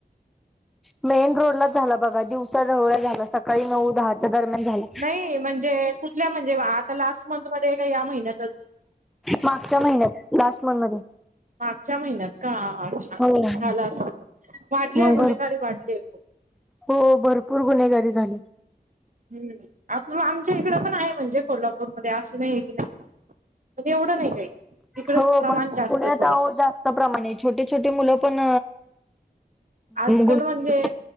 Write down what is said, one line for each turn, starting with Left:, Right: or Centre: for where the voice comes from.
Centre: मेन रोडलाच झाला बघा दिवसा ढवळ्या झाला, सकाळी नऊ दहाच्या दरम्यान झाला.
Right: नाही म्हणजे कुठल्या म्हणजे आता लास्ट मंथ मध्ये का या महिन्यातच
Centre: मागच्या महिन्यात लास्ट मंथ मध्ये
Right: मागच्या महिन्यात का अच्छा
Centre: हो
Right: झाला अस वाटलीय
Centre: मग
Right: गुन्हेगारी
Centre: भर
Right: वाटलीय
Centre: हो भरपूर गुन्हेगारी झाली
Right: हम् आमच्या इकडं पण आहे म्हणजे कोल्हापूरमध्येध्ये असं नाही की नाही म्हणजे एवढं नाही काही तिकड
Centre: हो
Right: प्रमाण
Centre: पण
Right: जास्त
Centre: पुण्यात
Right: आहे थोडं
Centre: अहो जास्त प्रमाणे छोटे छोटे मुलं पण
Right: आजकाल
Centre: गुन्हेगारी
Right: म्हणजे